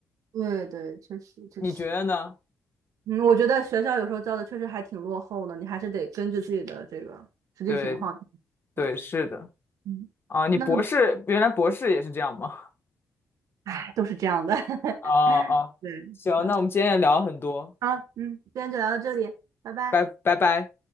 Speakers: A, on the right; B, on the left.
A: 对对，确实确实。
B: 你觉得呢？
A: 嗯，我觉得学校有时候教的确实还挺落后的，你还是得根据自己的这个实际情况。
B: 对对，
A: 对，
B: 是的，
A: 嗯，
B: 啊，你博士原来博士也是这样吗？
A: 那哎，都是这样的。<laughs>
B: 哦哦，
A: 对，
B: 行，
A: 那
B: 那我们今天也聊了很多，
A: 好，嗯，今天就聊到这里，拜拜。
B: 拜拜拜。